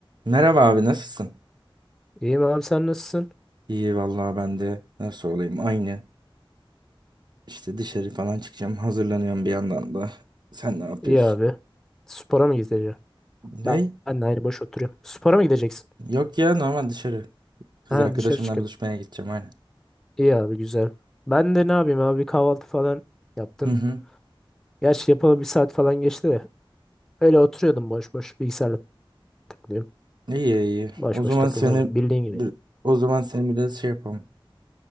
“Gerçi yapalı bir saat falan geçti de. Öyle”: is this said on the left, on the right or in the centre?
Centre